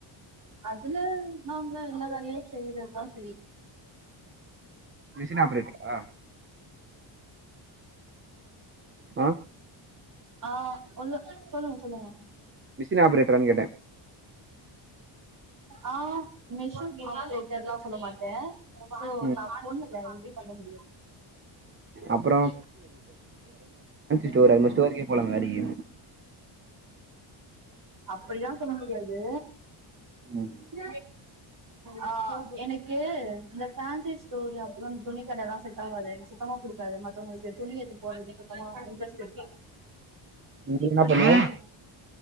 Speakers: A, on the right (about 40°); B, on the right (about 25°).
A: அதுல நாங்க எல்லா தனியா செய்றதுதா <inaudible>
B: மிஷின் ஆப்ரேட் பண்ண வா ஆ
A: ஆ உள்ள சொல்லுங்க சொல்லுங்க
B: மிஷின் ஆப்ரேட்டரான்னு கேட்டே
A: ஆ மிஷின் ஆப்ரேட்டர்ல்லா சொல்ல மாட்டே சோ
B: ம்
A: நா பொண்ணுங்க எப்படி பண்ண முடியு
B: அப்பற
A: <inaudible>
B: ஸ்டோர் அது மாரி ஸ்டோருக்கே போலா வேலைக்கி
A: அப்புடில சொல்ல முடியாது
B: ம்
A: <inaudible> ஆ எனக்கு இந்த பேன்சி ஸ்டோரு அப்பற துணி கடைல செட் ஆவாது சுத்தமா பிடிக் மத்தவங்களுக்கு துணி எடுத்து போடுறது சுத்தமா இன்ட்ரஸ்ட் இருக்கா
B: நீ என்ன
A: கடுப்பவு
B: பண்ணு